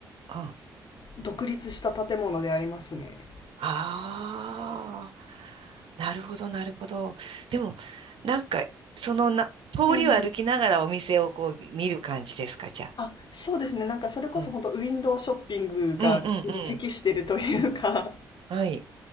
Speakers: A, on the right; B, on the left.
A: うん。あ
B: 独立した建物でありますね。
A: あ、なるほど、なるほど。でも、なんか、そのな、通りを歩きながらお店をこう見る感じですか、
B: うん。
A: じゃあ。
B: あ、そうですね。なんかそれこそ本当ウィンドウショッピングが、
A: なんかうん、うん、うん、
B: に適してるというか、
A: うん。はい。